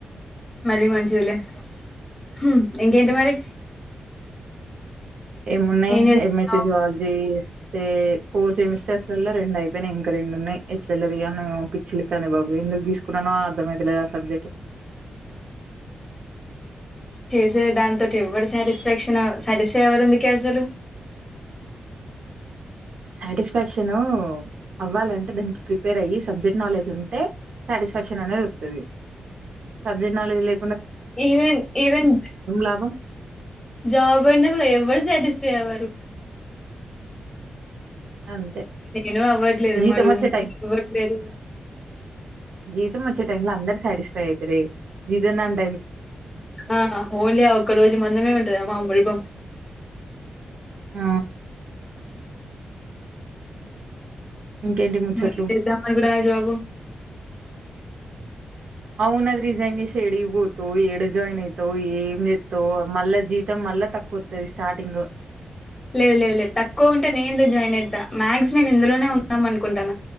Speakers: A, on the left; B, on the right.
A: మరీ మంచిదిలే హ్మ్ ఇంకేంటి మరి
B: ఏమున్నయ్
A: ఏం చేస్తున్నావ్
B: ఎ మెస్సేజ్ వాల్ జేస్ సేమ్ ఫోర్ సెమిస్టర్స్ లల్లో రెండు అయిపేయినయ్ ఇంక రెండు ఉన్నాయ్. ఎట్ల ఎల్లదీయాల్నో ఏమో పిచ్చి లేత్తాంది బాబు ఎందుకు తీసుకున్నానో అర్థంమయితలేదు ఆ సబ్జెక్టు.
A: చేసే దాంతోటి ఎవ్వడి సాటిస్ఫాక్షన్ సాటిస్ఫై ఎవరు ఎందుకే అసలు
B: సాటిస్ఫాక్షన్ అవ్వాలంటే దానికి ప్రిపేర్ అయ్యి సబ్జెక్ట్ నాలెడ్జ్ ఉంటే సాటిస్ఫాక్షన్ అనేది వత్తది సబ్జెక్ట్ నాలెడ్జ్ లే
A: ఈవెన్ ఈవెన్
B: లాభం
A: జాబ్ అయినాగూడ ఎవ్వరు సాటిస్ఫై అవ్వరు
B: అంతే
A: నేను అవ్వట్లేదు
B: జీతం
A: మా రూమ్
B: వచ్చే టైమ్
A: ఇవ్వట్లేదు
B: జీతం వచ్చే టైమ్ లో అందరు సాటిస్ఫై అయితరే ఇదే నన్
A: ఆ హోలీ ఒక్క రోజు మందమే ఉంటది అ మా మురిపెం
B: ఆ ఇంకేంటి ముచ్చట్లు.
A: నువ్వు చేద్దాం అనుకుంటున్నా జాబు
B: అవును. అది రిజైన్ జేసి ఏడికి బోతావు? ఏడ జాయిన్ అయితావు? ఏం జేత్తావు? మళ్ళా జీతం మళ్ళా తక్కువొత్తది స్టార్టింగు.
A: లేదు లేదు లేదు తక్కువ ఉంటే నేను ఎందుకు జాయిన్ అయితా మ్యాక్స్ నేను ఇందులోనే ఉందాం అనుకుంటాను